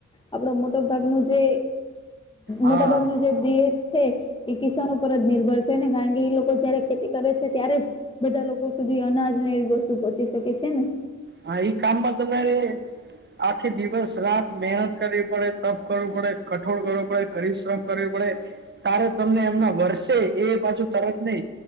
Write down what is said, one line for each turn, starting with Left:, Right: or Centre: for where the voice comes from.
Left: આપડે મોટા ભાગ ના જે,
Right: હા
Left: મોટા ભાગ ના જે દેશ છે, એ કિસાનો ઉપ જ નિર્ભર છે ને, કારણ કે ઈ લોકો જયારે ખેતી કરે છે, ત્યારે જ. બધા લોકો સુધી અનાજ ને એવી વસ્તુ પહોંચી શકે છે ને.
Right: હા એ કામમાં તમારે, આખી દિવસ રાત મહેનત કરવી પડે, તપ કરવું પડે, કઠોળ કરવું પડે, પરિશ્રમ કરવી પડે. તારે તમને એમના વરસે, એ બાજુ તરત નહી,